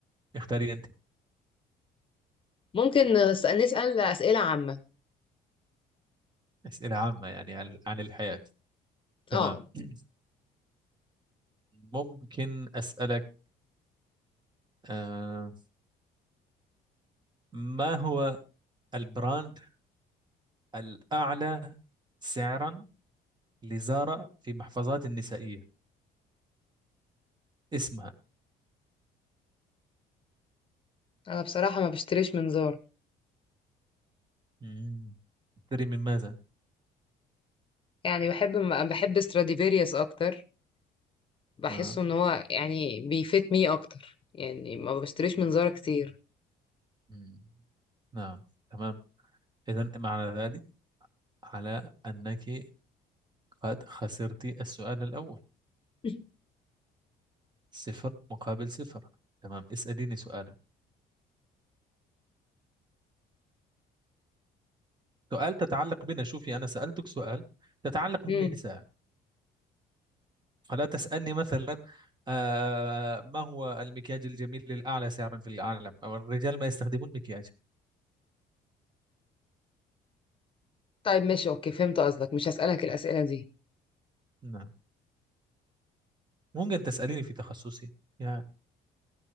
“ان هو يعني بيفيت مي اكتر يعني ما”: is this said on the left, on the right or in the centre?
Left